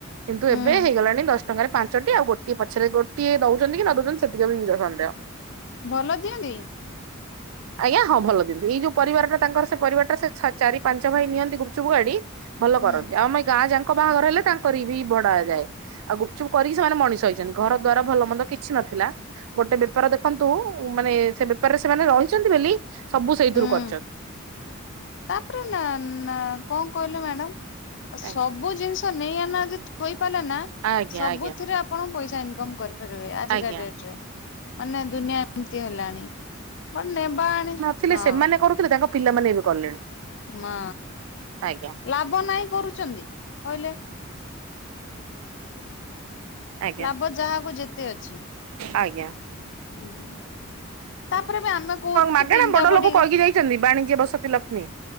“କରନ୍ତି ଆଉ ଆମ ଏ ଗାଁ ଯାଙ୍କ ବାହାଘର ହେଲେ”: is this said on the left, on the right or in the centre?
Right